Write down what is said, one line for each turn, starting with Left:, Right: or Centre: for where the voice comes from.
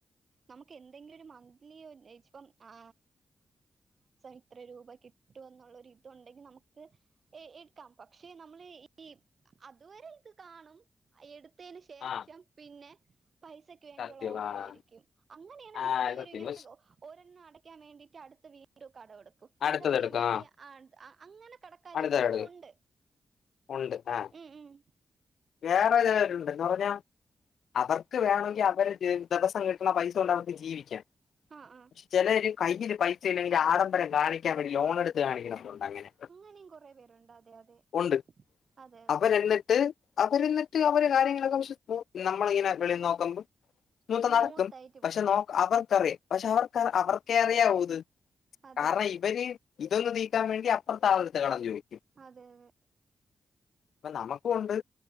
Right: നമുക്ക് എന്തെങ്കിലും ഒരു മന്ത്ലി ആ ഇത്ര രൂപ കിട്ടും എന്നുള്ള ഇതുണ്ടെങ്കി നമുക്ക് എടുക്കാം പക്ഷെ നമ്മള് അതുവരെ ഇത് കാണും എടുത്തതിന് ശേഷം
Left: ആഹ്
Right: പിന്നെ പൈസ പൈസക്ക് വേണ്ടിയുള്ള
Left: സത്യം
Right: ഓട്ടവായിരിക്കും
Left: ആഹ്
Right: അങ്ങനെയാണ് മിക്കവരും
Left: ആഹ് സത്യം
Right: ഇങ്ങനെ ഒരെണ്ണം അടയ്ക്ക അടക്കാൻ വേണ്ടിട്ട് അടുത്ത വീണ്ടും കടം എടുക്കും
Left: അടുത്തതെടുക്കാം
Right: അതടക്കാൻ വേണ്ടി
Left: ആഹ്
Right: ആ ആ അങ്ങനെ കടക്കാരാവുന്നതും
Left: അടുത്തതെടുക്കും
Right: ഉണ്ട്
Left: ഒണ്ട് ആ
Right: ഉം ഉം.
Left: വേറെചെലരുണ്ട് എന്ന് പറഞ്ഞാ അവർക്ക് വേണൊങ്കി അവര് ദ് ദെവസം കിട്ടി കിട്ടുന്ന പൈസ കൊണ്ടവർക്ക് ജീവി
Right: ആ ആ
Left: പക്ഷെ ചിലര് കയ്യില് പൈസ ഇല്ലെങ്കിൽ ആഡംബരം കാണിക്കാൻ വേണ്ടി ലോണെടുത്ത് കാണിക്കണവരൊണ്ട് അങ്ങനെ
Right: അങ്ങനേം കൊറെ പേരൊണ്ട് അതെ അതെ
Left: ഉണ്ട്
Right: അതെ അതെ
Left: അവരെന്നിട്ട് അവരെന്നിട്ട് അവരടെ കാര്യങ്ങളൊക്കെ വിശ്വസിച്ചു പോ <unintelligible> നമ്മളിങ്ങനെ വെളീനോക്കുമ്പോം <unintelligible>
Right: സ്മൂത്ത്
Left: നടക്കും
Right: ആയിട്ട്
Left: പക്ഷെ
Right: പോകും
Left: നോക് അവർ അറിയാം പക്ഷെ അവർക്ക് അവർക്കേ അറിയാവൂ ഇത്
Right: അതെ
Left: കാരണം
Right: അതെ
Left: ഇവര്- ഇതൊന്നും നീ കിട്ടാൻ വേണ്ടി അപ്പുറത്താളെത്ത് കടൻ ചോദിക്കും
Right: അതെ അതെ
Left: അപ്പൊ നമുക്ക ഉണ്ട്